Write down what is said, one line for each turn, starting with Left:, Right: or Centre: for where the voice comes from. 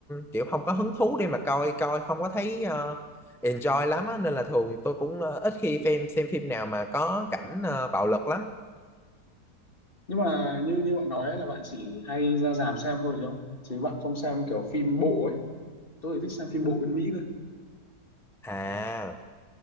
Centre: kiểu không có hứng thú để mà coi, coi không có thấy ờ, enjoy lắm á, nên là thường tôi cũng ờ, ít khi phim xem phim nào mà có cảnh ờ, bạo lực lắm.
Left: nhưng mà như như bạn nói ấy, là bạn chỉ hay ra rạp xem thôi chứ không chứ bạn không xem kiểu phim bộ ấy tôi thì thích xem phim bộ bên Mỹ cơ
Centre: À.